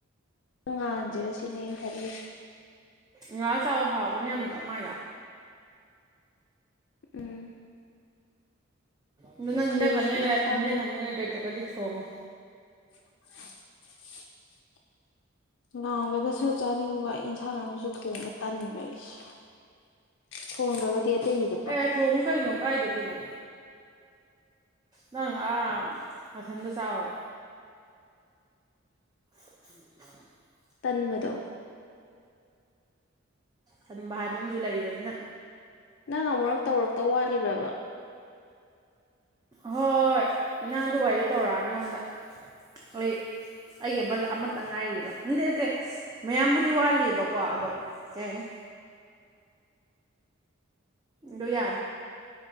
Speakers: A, on the left; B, on the right.
A: ꯉꯥꯟꯁꯤꯔꯥ ꯁꯤꯅꯦ ꯑꯩꯅ ꯈꯜꯂꯤꯁꯦ
B: ꯉꯥꯜꯂ ꯆꯥꯎꯑꯣ ꯍꯥꯎꯕꯅꯤ ꯌꯥꯝꯅ ꯆꯥꯛꯃꯥꯏꯗ
A: ꯎꯝ
B: ꯑꯗꯣꯅꯪ ꯍꯤꯡꯖꯥꯡ
A: ꯈꯜꯂꯤꯁꯤ
B: ꯆꯥꯅꯤꯡꯉꯥꯏ ꯂꯩ
A: ꯏꯟꯁꯥꯡꯁꯨ
B: ꯍꯤꯡꯖꯥꯡ ꯆꯥꯅꯤꯡꯉꯥꯏ ꯂꯩꯇ꯭ꯔꯒꯗꯤ ꯊꯣꯡꯉꯣ
A: <inaudible> ꯉꯥꯡꯂꯒꯁꯨ ꯆꯥꯅꯤꯡꯕ ꯏꯟꯁꯥꯡ ꯑꯃꯁꯨ ꯊꯣꯡꯕ ꯇꯟꯕ ꯑꯩꯁꯦ ꯊꯣꯡꯗ꯭ꯔꯒꯗꯤ ꯑꯇꯩꯒꯤꯗ
B: ꯑꯦ ꯊꯣꯡꯉꯨ ꯀꯩꯅꯣ ꯀꯥꯏꯗꯦ ꯀꯩꯅꯣ ꯅꯪ ꯑꯥ ꯅꯊꯟꯗ ꯆꯥꯕꯕꯨ <inaudible>
A: ꯇꯟꯕꯗꯣ
B: ꯊꯟꯕ ꯍꯥꯏꯕ ꯑꯃꯁꯨ ꯂꯩꯔꯤꯕꯅꯤꯅ
A: ꯅꯪ ꯑꯃꯨꯔꯛ ꯇꯧꯔꯛꯇꯧ ꯋꯥꯠꯂꯤꯕ꯭ꯔꯕ
B: ꯍꯣꯏ ꯅꯪ ꯑꯗꯨ ꯋꯥꯔꯤꯗꯣ ꯇꯧꯔꯛꯑꯅꯨ ꯑꯩꯉꯣꯟꯗ ꯑꯩ ꯑꯩꯒꯤ ꯑꯃ ꯑꯃꯇꯪ ꯉꯥꯏꯔꯤꯕ ꯅꯗꯦ ꯅꯠꯇꯦ ꯃꯌꯥꯝꯕꯨꯗꯤ ꯋꯥꯠꯂꯤꯕꯀꯣ ꯑꯗꯣ ꯀꯩ ꯍꯥꯏꯅꯤ ꯑꯗꯣ ꯌꯥꯔꯦ